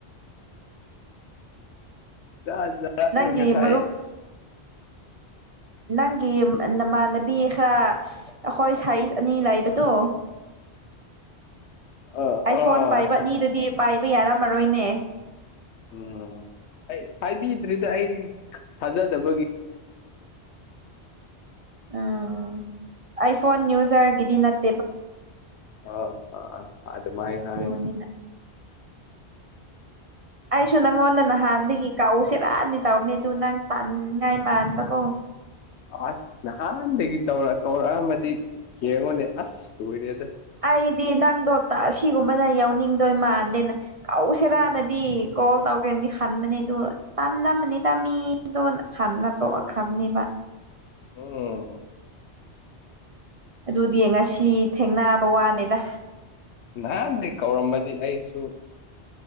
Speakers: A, on the left; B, on the right.
A: ꯌꯥ
B: ꯅꯪꯒꯤ
A: ꯉꯁꯥꯏ
B: ꯃꯔꯨꯞ ꯅꯪꯒꯤ ꯅꯃꯥꯟꯅꯕꯤ ꯈꯔ ꯑꯩꯈꯣꯏ ꯁꯥꯏꯖ ꯑꯅꯤ ꯂꯩꯕꯗꯣ
A: ꯑꯥ
B: ꯑꯩ
A: ꯑꯥ
B: ꯐꯣꯟ ꯄꯥꯏꯕ ꯑꯅꯤꯗꯨꯗꯤ ꯄꯥꯏꯕ ꯌꯥꯔꯝꯃꯔꯣꯏꯅꯦ
A: ꯎꯝ ꯑꯩ ꯍꯥꯏꯕꯤꯗ꯭ꯔꯤꯗ ꯑꯩ ꯊꯥꯖꯗꯕꯒꯤ <inaudible>
B: ꯎꯝ ꯑꯩ ꯐꯣꯟꯣꯟ ꯅ꯭ꯌꯨꯁꯔ ꯤꯗꯤ ꯅꯠꯇ
A: ꯑ ꯑ ꯑꯗꯃꯥꯏ
B: ꯑꯗꯨꯅꯤꯗ
A: ꯍꯥꯏ
B: ꯑꯩꯁꯨ ꯅꯪꯉꯣꯟꯗ ꯅꯍꯥꯟꯗꯒꯤ ꯀꯥꯛꯎꯁꯦ ꯄꯨꯔꯥꯅꯤ ꯇꯥꯎꯕꯅꯦ ꯑꯗꯨ ꯅꯪ ꯇꯥꯟꯅꯤꯡꯉꯥꯏ ꯃꯥꯟꯕꯀꯣ
A: ꯑꯁ ꯅꯍꯥꯟꯗꯒꯤ ꯇꯧꯔ ꯀꯧꯔꯛꯑꯝꯃꯗꯤ ꯌꯦꯡꯉꯣꯅꯦ ꯑꯁ ꯀꯨꯏꯔꯦꯗ
B: ꯑꯩꯗꯤ ꯅꯪꯗꯣ ꯁꯤꯒꯨꯝꯕꯅ ꯌꯥꯎꯅꯤꯡꯗꯣꯏ ꯃꯜꯗꯦꯅ ꯁꯤꯔꯥ ꯅꯗꯤ ꯀꯣꯜ ꯇꯧ ꯀꯅꯤ ꯈꯟꯕꯅꯦꯗꯣ ꯇꯥꯟꯝꯕꯅꯦ ꯇꯗꯥ ꯃꯤꯗꯣ ꯍꯥꯟꯅ ꯇꯣꯛꯂꯈ꯭ꯔꯕꯅꯦꯕ
A: ꯑꯣ
B: ꯑꯗꯨꯗꯤ ꯉꯁꯤ ꯊꯦꯡꯅꯕ ꯋꯥꯅꯤꯗ
A: ꯅꯍꯥꯟꯗꯤ ꯀꯧꯔꯝꯕꯗꯤ ꯑꯩꯁꯨ